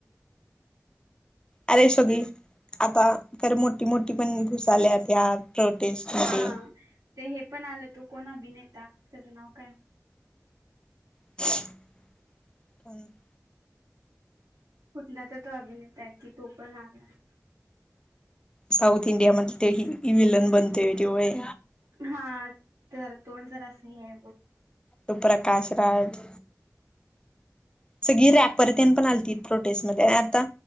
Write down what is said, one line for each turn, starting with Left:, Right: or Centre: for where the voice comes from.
Left: आलीस तू बी आता खरं मोठी मोठी पण घुसाल्यात यात प्रोटेस्ट
Right: हा
Left: मध्ये
Right: ते हे पण आल तो कोण अभिनेता त्याचं नाव काय
Left: प
Right: कुठला तर तो अभिनेता आहे की तो पण आलाय
Left: साऊथ इंडिया म ते हितकी विलन बनतोय त्या व्हय
Right: हा तर तोंड जरास हे आहे बघ
Left: तो प्रकाश राज सगळी रॅपर तेन पण आलती प्रोटेस्टमध्ये आणि आता